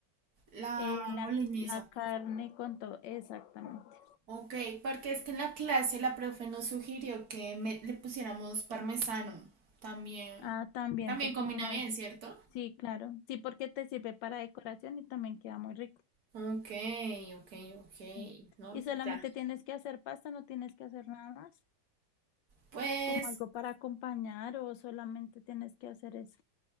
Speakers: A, on the right; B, on the left.
A: La
B: eh, la,
A: boloñesa.
B: la carne con todo. Exactamente.
A: Ok, porque es que en la clase la profe nos sugirió que me- le pusiéramos parmesano. También,
B: Ah, también
A: también
B: te
A: combina
B: queda muy
A: bien,
B: rico.
A: ¿cierto?
B: Sí, claro. Sí, porque te sirve para decoración y también queda muy rico.
A: Ok, ok, ok,
B: Sí.
A: no,
B: Y solamente
A: ya.
B: tienes que hacer pasta, no tienes que hacer nada más,
A: Pues,
B: como algo para acompañar o solamente tienes que hacer eso.